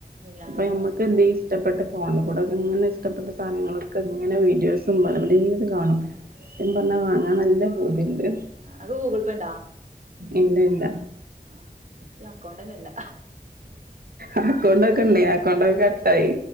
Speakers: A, on the right; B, on the right.
A: ഇല്ലാ
B: ഇപ്പൊ ഞമ്മ ഇപ്പെ എന്തേ ഇഷ്ട്ടപെട്ട ഫോണ് കുടൊക്ക ഇങ്ങനെ ഇഷ്ടപ്പെട്ട സാനങ്ങളൊക്കെ ഇങ്ങനെ വീഡിയോസും <unintelligible> അത് കാണും
A: ഉം
B: സത്യം പറ്ഞ്ഞാ വാങ്ങാ നല്ല പൂതി ഇണ്ട്
A: അത് ഗൂഗ്ൾ പേണ്ടാ
B: ഇല്ല ഇല്ല
A: ആഹ് ഇച്ച് അക്കൗണ്ടന്നെ ഇല്ല
B: അക്കൗണ്ടക്കണ്ട് അക്കൗണ്ടക്ക കട്ടായി